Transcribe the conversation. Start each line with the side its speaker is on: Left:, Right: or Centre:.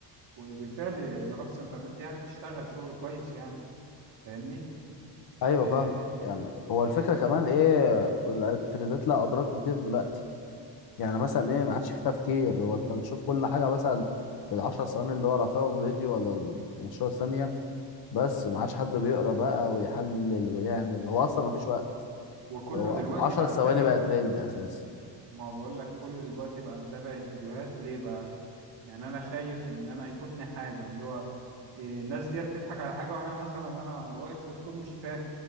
Right: وبالفعل مباحث الإنترنت يعني بتشتغل شغل كويس يعني فاهمني
Left: ايوه
Right: إيه
Left: فاهمك يعني هو الفكره كمان ايه الترندات لها اضرار كتير دلوقتي يعني مثلا ايه ما عادش في تفكير هو انت بتشوف كل حاجه مثلا في العشر ثواني اللي هو رافعهم فيديو ولا ال 15 ثانيه بس ما عادش حد بيقرا بقى ويحلل ويعمل هو اصلا ما فيش
Right: وكله
Left: هو
Right: دلوقتي
Left: 10
Right: بقى
Left: ثواني
Right: متابع
Left: بقى ترند اساسا
Right: ما هو بقول لك كله دلوقتي بقى متابع الفيديوهات ليه بقى يعني انا خايف ان انا يفوتني حاجه اللي هو إيه، الناس ديت تضحك على حاجه وانا مثلا انا واقف وسطهم مش فاهم